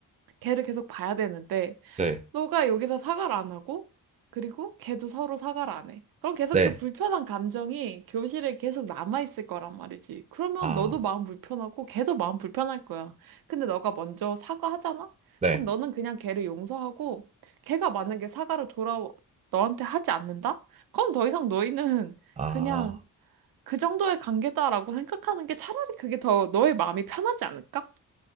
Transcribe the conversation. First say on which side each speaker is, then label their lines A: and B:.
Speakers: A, on the right; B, on the right.
A: 걔를 계속 봐야 되는데
B: 네,
A: 너가 여기서 사과를 안 하고, 그리고 걔도 서로 사과를 안 해. 그럼 계속
B: 네,
A: 그 불편한 감정이 교실에 계속 남아있을 거란 말이지. 그러면
B: 아
A: 너도 마음 불편하고, 걔도 마음 불편할 거야. 근데 너가 먼저 사과하잖아?
B: 네,
A: 그럼 너는 그냥 걔를 용서하고, 걔가 만약에 사과를 돌아, 너한테 하지 않는다? 그럼 더 이상 너희는
B: 아.
A: 그냥 그 정도의 관계다라고 생각하는 게 차라리 그게 더 너의 마음이 편하지 않을까?